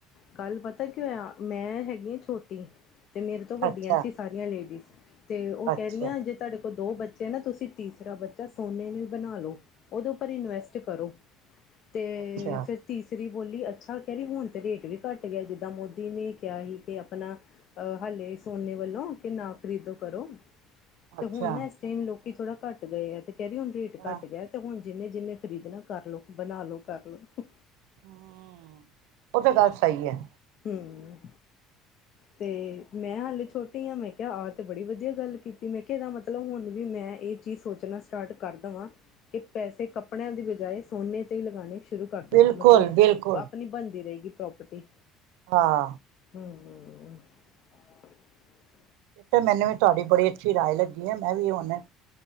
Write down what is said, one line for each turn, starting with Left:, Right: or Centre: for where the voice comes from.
Left: ਕੱਲ ਪਤਾ ਕਿ ਹੋਇਆ ਮੈਂ ਹੈਗੀ ਆ ਛੋਟੀ ਤੇ ਮੇਰੇ ਤੋਂ ਵੱਡੀਆਂ
Right: ਅੱਛਾ
Left: ਸੀ ਸਾਰੀਆਂ ਲੇਡੀਜ਼ ਤੇ ਉਹ
Right: ਅੱਛਾ
Left: ਕਹਿ ਰਹੀਆਂ ਜੇ ਤੁਹਾਡੇ ਦੋ ਬੱਚੇ ਨਾ ਤੁਸੀਂ ਤੀਸਰਾ ਬੱਚਾ ਸੋਨੇ ਨੂੰ ਹੀ ਬਣਾ ਲੋ ਉਹਦੇ ਉੱਪਰ ਇਨਵੈਸਟ ਕਰੋ ਅਤੇ
Right: ਅੱਛਾ
Left: ਫਿਰ ਤੀਸਰੀ ਬੋਲੀ ਅੱਛਾ ਕਹਿ ਰਹੀ ਹੁਣ ਤੇ ਰੇਟ ਵੀ ਘੱਟ ਗਿਆ ਜਿੱਦਾਂ ਮੋਦੀ ਨੇ ਕਿਹਾ ਸੀ ਕਿ ਆਪਣਾ ਹਾਲੇ ਸੋਨੇ ਵੱਲੋਂ ਕਿ ਨਾ ਖਰੀਦੋ ਕਰੋ ਤੇ
Right: ਅੱਛਾ
Left: ਹੁਣ ਨਾ ਇਸ ਟਾਈਮ ਲੋਕੀ ਥੋੜਾ ਘੱਟ ਗਏ ਹੈ। ਤੇ ਕਹਿਦੀ ਹੁਣ ਰੇਟ
Right: ਹਾਂ
Left: ਘੱਟ ਗਿਆ ਤੇ ਹੁਣ ਜਿੰਨੇ ਜਿੰਨੇ ਖਰੀਦਣਾ ਕਰ ਲਓ ਬਣਾ ਲਓ ਕਰ ਲਓ
Right: ਹ ਉਹ ਤਾਂ ਗੱਲ ਸਹੀ ਹੈ।
Left: ਹੰਮ ਤੇ ਮੈਂ ਹਾਲੇ ਛੋਟੀ ਆ ਮੈਂ ਕਿਹਾ ਆਹ ਤੇ ਬੜੀ ਵਧੀਆ ਗੱਲ ਕੀਤੀ ਮੈਂ ਕਿਹਾ ਇਹਦਾ ਮਤਲਬ ਹੁਣ ਵੀ ਮੈਂ ਇਹ ਚੀਜ਼ ਸੋਚਣਾ ਸਟਾਰਟ ਕਰਦਾਵਾਂ ਕਿ ਪੈਸੇ ਕੱਪੜਿਆਂ ਦੀ ਬਜਾਏ ਸੋਨੇ ਤੇ ਲਗਾਣੇ ਸ਼ੁਰੂ ਕਰ ਦੇਵਾਂ
Right: ਬਿਲਕੁਲ
Left: ਮਤਲਬ
Right: ਬਿਲਕੁਲ
Left: ਆਪਣੀ ਬਣਦੀ ਰਹੇਗੀ ਪ੍ਰੋਪਰਟੀ
Right: ਹਾਂ
Left: ਹੰਮ ਹ
Right: ਇਹ ਤਾਂ ਮੈਨੂੰ ਵੀ ਤੁਹਾਡੀ ਬੜੀ ਅੱਛੀ ਰਾਏ ਲੱਗੀ ਹੈ ਮੈਂ ਵੀ ਹੁਣ